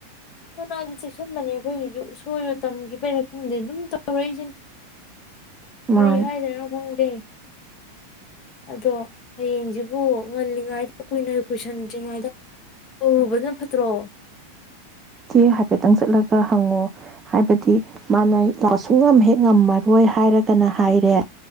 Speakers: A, on the left; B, on the right.
A: ꯐꯅꯌꯥꯝꯗꯤ ꯆꯦꯛꯁꯤꯟꯕꯅꯤ ꯑꯩꯈꯣꯏꯒꯤꯁꯨ ꯁꯣꯏꯕ ꯇꯝꯕꯒꯤꯔ ꯈꯪꯗꯦ ꯑꯗꯨꯝ ꯇꯧ ꯔꯛ ꯇꯧꯔꯛꯏꯁꯤꯅꯤ ꯀꯔꯤ
B: ꯃꯥꯅꯦ
A: ꯍꯥꯏꯗꯅꯣ ꯈꯪꯗꯦ ꯑꯗꯣ ꯍꯌꯦꯡꯁꯤꯕꯨ ꯉꯜꯂꯤꯉꯩꯗ ꯀꯨꯏꯅ ꯀꯨꯏꯁꯟꯗ꯭ꯔꯤꯉꯩꯗ ꯀꯧꯔꯨꯕꯅ ꯐꯠꯇ꯭ꯔꯣ
B: ꯏꯆꯦ ꯍꯥꯏꯐꯦꯠꯇꯪ ꯆꯠꯂꯒ ꯍꯪꯉꯣ ꯍꯥꯏꯕꯗꯤ ꯃꯥꯅ ꯑ ꯁꯨꯡꯉꯝ ꯍꯦꯛ ꯉꯝꯃꯔꯣꯏ ꯍꯥꯏꯔꯒꯅ ꯍꯥꯏꯔꯦ